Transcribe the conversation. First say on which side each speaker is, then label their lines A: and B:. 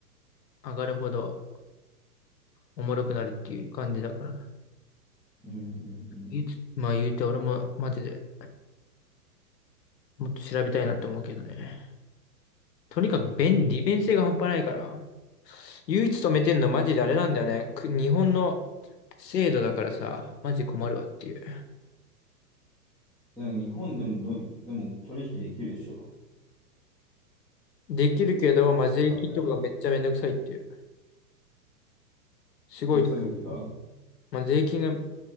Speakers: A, on the left; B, in the centre.
A: 上がるほどおもろくなるっていう感じだから。
B: うん、う
A: 言うつまあ言うて俺もマジで
B: ん。
A: もっと調べたいなと思うけどね。とにかく便、利便性が半端ないから、唯一止めてんのマジであれなんだよね。く日本の制度だからさ、マジ困るわっていう。
B: でも日本でもどうみでも取引できるでしょ。
A: できるけど、まあ税金とかがめっちゃめんどくさいっていう。
B: 使
A: すごいと
B: う手続きが、
A: まあ、税金が、